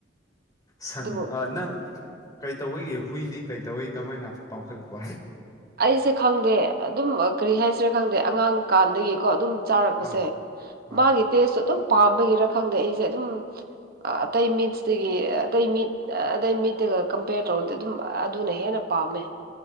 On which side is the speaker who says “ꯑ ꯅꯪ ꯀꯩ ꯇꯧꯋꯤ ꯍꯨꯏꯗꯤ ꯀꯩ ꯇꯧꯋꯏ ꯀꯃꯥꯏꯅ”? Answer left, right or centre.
Left